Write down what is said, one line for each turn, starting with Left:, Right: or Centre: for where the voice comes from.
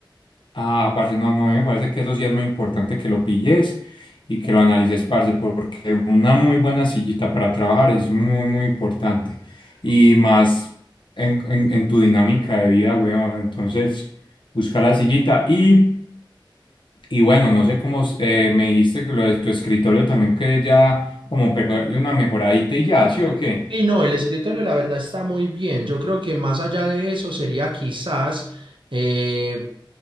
Left: Ah, parce, no, no, a mí me parece que eso sí es muy importante que lo pilles y que lo analices, parce, porque una muy buena sillita para trabajar es muy, muy importante. Y más en, en- en tu dinámica de vida, weón. Entonces, busca la sillita y, y bueno, no sé cómo eh, me dijiste que lo de tu escritorio también que ya como pegarle una mejoradita y ya, ¿sí o qué?
Right: Y no, el escritorio la verdad está muy bien. Yo creo que más allá de eso sería quizás eh,